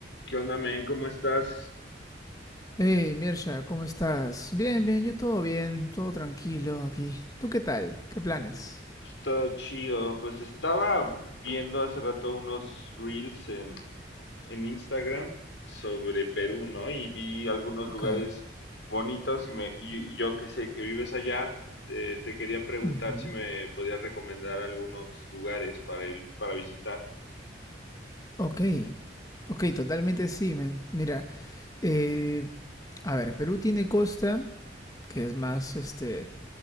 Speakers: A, on the left; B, on the left.
A: ¿Qué onda, men? ¿Cómo estás?
B: Hey, Mirsha, ¿cómo estás? Bien, bien, yo todo bien, todo tranquilo aquí. ¿Tú qué tal? ¿Qué planes?
A: Todo chido. Pues estaba viendo hace rato unos reels en, en Instagram sobre Perú, ¿no? Y vi algunos lugares
B: Ok.
A: bonitos y, me, y yo que sé que vives allá, eh, te quería preguntar
B: ujú,
A: si me podías recomendar algunos lugares para, evi- para visitar.
B: Ok. Ok, totalmente sí, men. Mira, eh, a ver, Perú tiene costa, que es más, este,